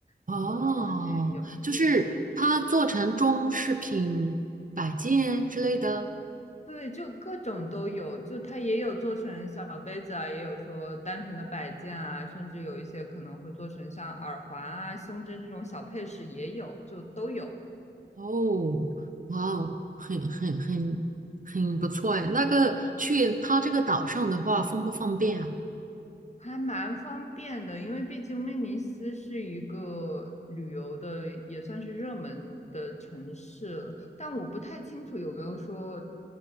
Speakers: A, on the right (about 45°); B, on the left (about 40°).
A: 哦，
B: 然后在那边有就
A: 就是它做成装饰品、摆件之类的。
B: 对，就各种都有，就它也有做成小杯子啊，也有说单纯的摆件啊，甚至有一些可能会做成像耳环啊、胸针这种小配饰也有，就都有。
A: 哦，哇哦，很很很很不错哎。那个去他这个岛上的话，方不方便啊？
B: 还蛮方便的，因为毕竟威尼斯是一个旅游的，也算是热门的城市了。但我不太清楚有没有说